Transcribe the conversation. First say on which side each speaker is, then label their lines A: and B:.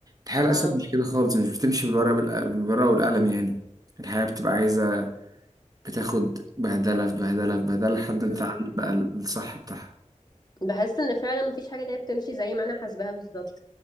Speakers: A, on the right; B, on the left.
A: الحياه للاسف
B: اه
A: مش كده خالص مش بتمشي بالورقه بالورقه والقلم يعني الحياه بتبقى عايزه بتاخد بهدلة في بهدلة في بهدلة لحد ما
B: امم
A: تتعلم بقى الصح بتاعها
B: بحس ان فعلا مفيش حاجة اللي هي بتمشي زي ما انا حاسباها بالظبط